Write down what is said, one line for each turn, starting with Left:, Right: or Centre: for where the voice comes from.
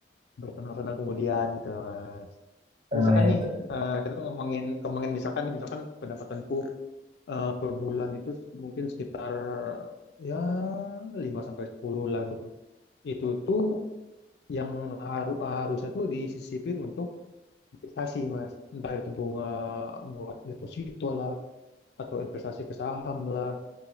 Left: bersenang-senang kemudian gitu mas. Nah,
Right: Ah,
Left: misalkan
Right: ya
Left: nih
Right: betul.
Left: eh, kita ngomongin ngomongin misalkan nih, misalkan pendapatanku eh, per bulan itu mungkin sekitar ya 5 sampai 10 lah gitu. Itu tuh yang haru- harusnya tuh disisipin untuk investasi mas entah itu bunga buat deposito lah atau investasi ke saham lah